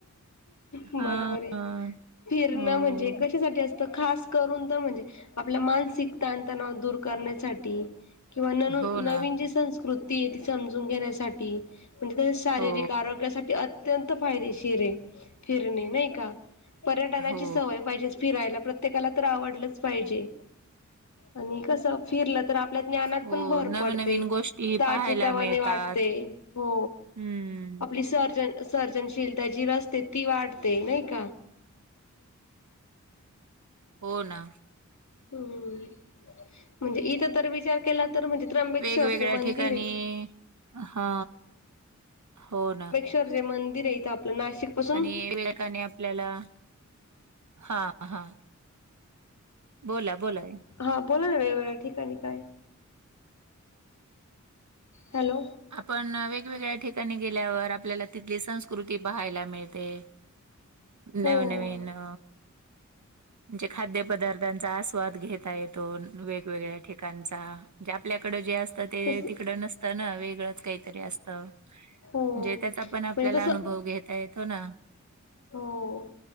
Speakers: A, on the left; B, on the right.
A: बरोबर
B: हा
A: आहे. फिरण
B: हो
A: म्हणजे कशासाठी असतं खास करुन तर म्हणजे आप मानसिक ताण तणाव दूर करण्यासाठी किंवा न
B: हो
A: नवीन
B: ना
A: जी संस्कृती आहे ती समजून घेण्यासाठी म्हणजे त्या शारीरिक
B: हो
A: आरोग्यासाठी अत्यंत फायदेशीर आहे फिरणे नाही का पर्यटनाची
B: हो
A: सवय पाहिजे. फिरायला प्रत्येकाला तर आवडलच पाहिजे, आणि कसं फिरलं तर आपल्या ज्ञानात
B: हो
A: पण भर
B: नवीन
A: पडते,
B: नवीन गोष्टी
A: ताजे
B: पाहायला
A: तवाने
B: मिळतात
A: वाटते हो
B: हम्म
A: आपली सर्जन सर्जनशीलता जी असते ती वाढते नाही का,
B: हो ना,
A: हम. म्हणजे इथं तर विचार केला तर म्हणजे त्र्यंबकेश्वर
B: वेगवेगळ्या
A: जे मंदिर
B: ठिकाणी
A: आहे.
B: हा हो ना,
A: ते मंदिर इथं आपलं, नाशिक पासून
B: आणि <unintelligible> आणि आपल्याला, हा हा. बोला-बोला.
A: हा बोला ना वेगवेगळ्या ठिकाणी काय? हॅलो?
B: आपण वेगवेगळ्या ठिकाणी गेल्यावर, आपल्याला तिथली संस्कृती पाहायला मिळते.
A: <inaudible> हो
B: नव नवीन अ जे खाद्य पदार्थांचां आस्वाद घेता येतो, वेगवेगळ्या ठि काचां आपल्याकडं जे असतं, ते
A: तस
B: तिकडं नसतं ना वेगळंच काही तरी असतं,
A: हो
B: जे
A: म्हणजे
B: त्याचा पण आपल्याला
A: तसं
B: अनुभव घेता येतो ना.
A: हो